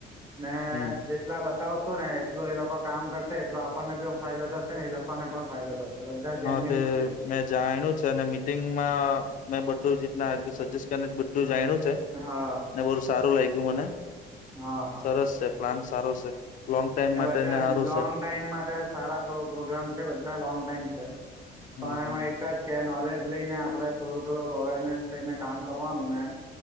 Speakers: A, on the right; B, on the left.
A: મે
B: હમ
A: જેટલા બતાવ ું ને એટલું એ લોકો કામ કરશે એટલો આપણને પણ ફાયદો થશે ને એ લોકોને પણ ફાયદો થશે બધા જેન્યુન
B: હા તે
A: પ્રોજેક્ટ
B: મેં જાણી્યું છે અને મીટિંગમાં મેં બધું જ ના સજેસ્ટ કરીને બધું જાણ્યું છે
A: હા
B: ને બહુ સારું લાગ્યું મને
A: હા હા
B: સરસ છે પ્લાન સારો છે લોંગ ટાઈમ માટે
A: બધા
B: ને
A: જ
B: સારું
A: લોંગ
B: છે
A: ટાઈમ માટે સારા પ્રોગ્રામ છે બધા લોંગ ટાઈમ છે
B: હમ
A: પણ એમાં
B: હમ
A: એક જ કે નોલેજ એ લઈને આપણેે થોડો થોડો અવેરનેસ થઈને કામ કરવાનું ને